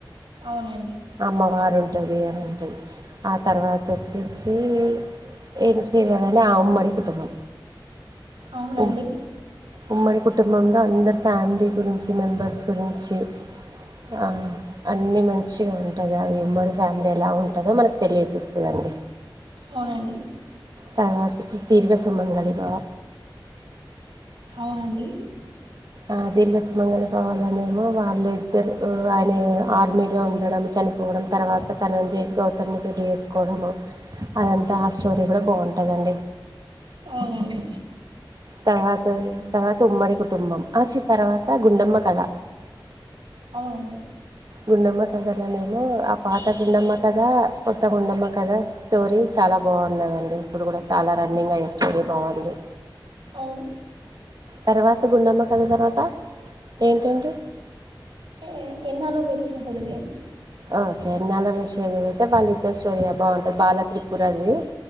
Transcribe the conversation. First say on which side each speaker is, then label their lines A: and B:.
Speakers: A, on the right (about 85°); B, on the right (about 50°).
A: అవునండి
B: అమ్మ వార్ ఉంటది కదండి ఆ తర్వాత వచ్చేసి <unintelligible> నా అమ్మడి కుటుంబం
A: అవునండి
B: ఉ ఉమ్మడి కుటుంబంలో అందరు ఫ్యామిలీ గురించి మెంబర్స్ గురించి ఆ అన్ని మంచి మంచిగా ఉంటది అది ఉమ్మడి ఫ్యామిలీ ఎలా ఉంటదో మనకు తెలియజేస్తుందండి
A: అవునండి
B: తర్వాత చూస్తే దీర్ఘ సుమంగళి బవ
A: అవునండి
B: ఆ దీర్ఘ సుమంగలి పోవాలనేమో వాళ్ళు ఇద్దరు ఆయన ఆర్మీలో ఉండడం చ చనిపోవడం తర్వాత తన చేస్ గౌతమ్ని పెళ్లి చేేసుకోవడం అదంతా ఆ స్టోరీ కూడా బాగుంట కదండి
A: అవునండి
B: తర్వాత తర్వాత ఉమ్మడి కుటుంబం ఆ చీ తర్వాత గుండమ్మ కథ అవు
A: అవునండి
B: గుండమ్మ కదలనేమో ఆ పాత గుండమ్మ కదా కొత్త గుండమ్మ కదా స్టోరీ చాలా బాగున్నాదండి ఇప్పుడు కూడా చాలా రన్నింగ్ అయ్యే స్టోరీ బాగుంది
A: అవును
B: తర్వాత గుండమ్మ కథ తర్వాత ఏంటండి
A: ఎ ఎన్నాలో వేచిన హృదయం
B: ఓకే ఎన్నాలో విషయ ఏమైతే వాళ్ళ ఇద్దరు స్టోరీ బాగుంటది బాల త్రిపుర అది